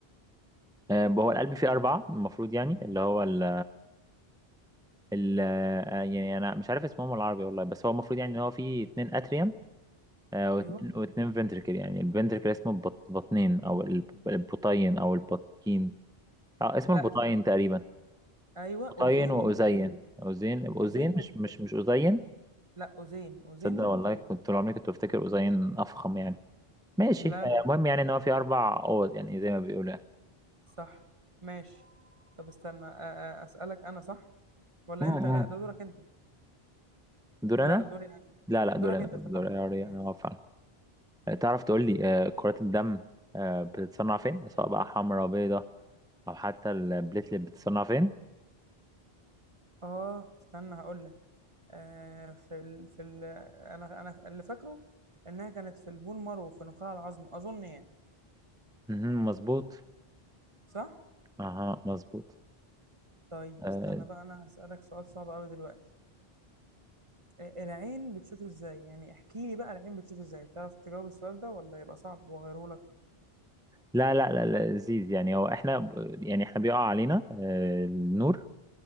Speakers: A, in the centre; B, on the right (about 30°).
A: آه، هو القلب فيه أربعة المفروض يعني اللي هو ال ال آه، يعني أنا مش عارف اسمهم العربي والله بس هو المفروض يعني إن هو فيه اتنين أتريوم آه، واتنين
B: ايوه
A: واتنين فنتركل يعني الفنتركل اسمه بط بطنين أو الب- البطين أو البطين أه اسمه
B: لا
A: البطين
B: استنى
A: تقريبا
B: ايوه
A: بطين
B: اوزين
A: وأذين
B: وبطين
A: أذين
B: اوزين
A: أذين مش
B: وبطين
A: مش مش أذين
B: لا اوزين اوزين
A: تصدق
B: وبطين
A: والله كنت طول عمري كنت بفتكر أذين أفخم يعني ماشي
B: لا
A: آه،
B: لا لا
A: المهم يعني إن هو فيه أربع أوض يعني زي ما بيقولوا يعني.
B: صح ماشي طب استنى أ- أ- أسألك أنا صح ولا
A: مم.
B: أنت لا ده دورك أنت
A: دور
B: لا
A: انا
B: دوري يعني
A: لا لا
B: دورك
A: دور انا
B: أنت
A: دور
B: افتكرت
A: انا already
B: ماشي
A: انا واقف فعلا آه، تعرف تقول لي آه، كرات الدم آه، بتتصنع فين سواء بقى حمراء بيضاء او حتى البليتلت بتتصنع فين
B: آه استنى هقول لك آه في ال... في ال... أنا أنا اللي فاكره إنها كانت في البون مارو في نخاع العظم أظن يعني
A: مهم، مظبوط
B: صح
A: اها مظبوط
B: طيب
A: آه،
B: استنى بقى أنا هسألك سؤال صعب أوي دلوقتي آه، العين بتشوف إزاي يعني احكي لي بقى العين بتشوف إزاي تعرف تجاوب السؤال ده ولا يبقى صعب وأغيره لك
A: لا لا لا لا لذيذ يعني هو احنا ب- يعني احنا بيقع علينا آه، النور